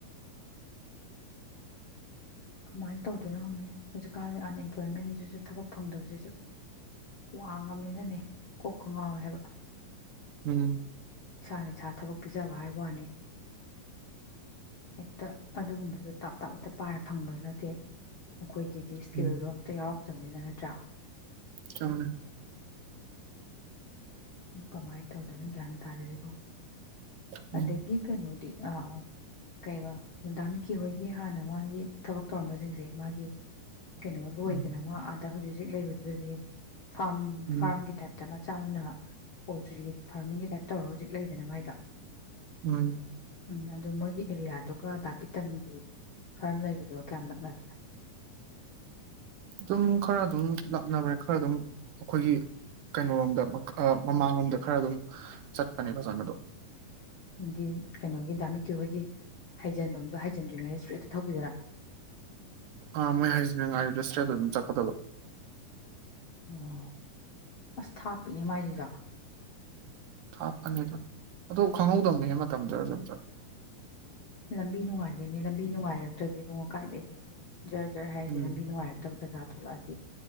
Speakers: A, on the left; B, on the right.
A: ꯀꯃꯥꯏꯅ ꯇꯧꯗꯣꯏꯅꯣ ꯍꯧꯖꯤꯛ ꯍꯧꯖꯤꯛꯀꯥꯟꯗꯤ ꯑꯟꯑꯦꯝꯄ꯭ꯂꯣꯏꯃꯦꯟꯁꯤꯁꯨ ꯊꯕꯛ ꯐꯪꯗꯕꯁꯤꯁꯨ ꯋꯥꯉꯕꯅꯤꯅꯅꯦ ꯀꯣꯛꯀ ꯉꯥꯎꯋꯦ ꯍꯥꯏꯕ
B: ꯎꯝ
A: ꯏꯁꯥꯅ ꯏꯁꯥ ꯊꯕꯛ ꯄꯤꯖꯕ ꯍꯥꯏꯕ ꯋꯥꯅꯤ ꯍꯦꯛꯇ ꯑꯗꯨꯒꯨꯝꯕꯁꯨ ꯇꯞ ꯇꯥꯞꯦꯛꯇ ꯄꯥꯏꯔ ꯐꯪꯕꯁꯨ ꯅꯠꯇꯦ ꯑꯩꯈꯣꯏꯗꯗꯤ ꯁ꯭ꯀꯤꯜꯗꯣ
B: ꯎꯝ
A: ꯑꯝꯇ ꯌꯥꯎꯔꯦ ꯅꯤꯅ ꯅꯠꯇ꯭ꯔꯥ
B: ꯀꯃꯃꯦ
A: ꯀꯃꯥꯏꯅ ꯇꯧꯗꯣꯏꯅꯣ ꯒ꯭ꯌꯥꯟ ꯇꯥꯖꯔꯤꯕꯣ
B: ꯎꯝ
A: ꯑꯗꯒ ꯒꯤ ꯀ ꯅ ꯑꯥ ꯑꯥ ꯀꯩ ꯔꯅꯨꯡꯗꯥꯃꯤꯀꯤꯍꯣꯏꯒꯤ ꯍꯥꯟꯅ ꯃꯥꯒꯤ ꯊꯕꯛ ꯇꯧꯔꯝꯕꯁꯤꯡꯁꯦ ꯃꯥꯒꯤ ꯀꯩꯅꯣ ꯂꯣꯏꯗꯅ
B: ꯎꯝ
A: ꯃꯥ ꯍꯧꯖꯤꯛ ꯍꯧꯖꯤꯛ ꯂꯩꯕꯗꯨꯗꯗꯤ ꯐꯥꯔꯝ
B: ꯎꯝ
A: ꯐꯥꯔꯝꯒꯤ ꯇꯥꯏꯞꯇ ꯆ ꯑꯣꯏꯅ ꯄꯣꯜꯇ꯭ꯔꯤ ꯐꯥꯔꯃꯤꯡꯒꯤ ꯇꯥꯏꯞ ꯇꯧꯔꯒ ꯍꯧꯖꯤꯛ ꯂꯩꯗꯅ ꯃꯥꯏꯗ
B: ꯎꯝ
A: ꯎꯝ ꯑꯗꯨ ꯃꯣꯏꯒꯤ ꯑꯦꯔꯤꯌꯥꯗꯨꯒ ꯗꯥꯥꯛꯄꯤ ꯇꯝꯒꯤ ꯐꯥꯔꯝ ꯂꯩꯕꯗꯣ ꯀꯌꯥꯝ ꯅꯛꯅꯒꯦ
B: ꯑꯗꯨꯝ ꯈꯔ ꯑꯗꯨꯝ ꯂꯥꯞꯅꯕꯅꯦ ꯈꯔ ꯑꯗꯨꯝ ꯑꯩꯈꯣꯏꯒꯤ ꯀꯩꯅꯣꯣꯔꯣꯝꯗ ꯃꯃꯥꯡꯂꯣꯝꯗ ꯈꯔ ꯑꯗꯨꯝ ꯆꯠꯄꯅꯦ ꯕꯖꯟ ꯑꯗꯣ
A: ꯗꯤ ꯀꯩꯅꯣꯒꯤ ꯗꯥꯃꯤꯀꯤꯍꯣꯏꯒꯤ ꯍꯥꯏꯩꯖꯤꯟꯐꯝ ꯑꯣꯖꯗ꯭ꯔꯤꯩ ꯏꯁꯇ꯭ꯦꯠꯇ ꯊꯧꯕꯤꯗꯥ
B: ꯑꯥ ꯃꯣꯏ ꯍꯥꯏꯁ ꯃ ꯉꯥ ꯔꯦꯁꯇꯔꯤꯦꯗ ꯑꯗꯨꯝ ꯆꯠꯀꯗꯕ
A: ꯑꯣ ꯑꯁ ꯊꯥꯞꯄꯤꯅꯦ ꯃꯥꯏꯁꯤꯗ
B: ꯊꯥꯞꯀꯅꯤ ꯑꯗꯨ ꯑꯗꯨ ꯈꯪꯍꯧꯗꯕꯅꯤ ꯃꯇꯝ ꯆꯨꯝ
A: ꯂꯝꯕꯤ ꯅꯨꯡꯉꯥꯏꯕꯩꯅꯦ ꯂꯝꯕꯤ ꯅꯨꯡꯉꯥꯏꯔꯛꯇ꯭ꯔꯗꯤ ꯏꯕꯨꯡ ꯀꯥꯏꯗꯒꯤ ꯖꯔ ꯖꯔ ꯍꯥꯏꯁꯦ
B: ꯎꯝ
A: ꯂꯝꯕꯤ ꯅꯨꯡꯉꯥꯏꯔꯛꯇꯕ ꯗꯖꯥ ꯊꯂꯗꯤ